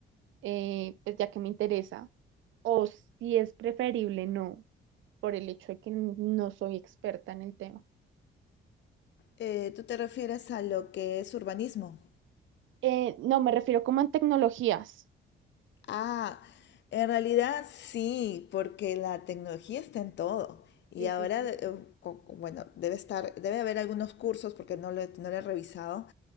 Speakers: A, on the right; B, on the left.
A: eh, pues ya que me interesa, o si es preferible no, por el hecho de que no soy experta en el tema.
B: Eh, ¿tú te refieres a lo que es urbanismo?
A: Eh, no, me refiero como en tecnologías.
B: Ah, en realidad sí, porque la tecnología está en todo. Y
A: Sí,
B: ahora,
A: sí, sí.
B: eh, co- bueno, debe estar, debe haber algunos cursos, porque no lo, he- no lo he revisado,